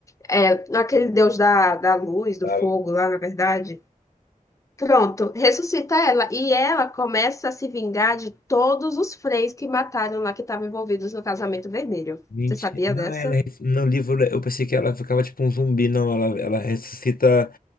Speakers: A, on the left; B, on the left.
A: É, aquele deus da, da luz, do
B: Ela-
A: fogo lá, na verdade. Pronto, ressuscita ela e ela começa a se vingar de todos os freis que mataram lá que estavam envolvidos no casamento vermelho.
B: Mentira.
A: Você sabia dessa?
B: Ah, ela. res- No livro eu pensei que ela ficava tipo um zumbi. Não, ela, ela ressuscita.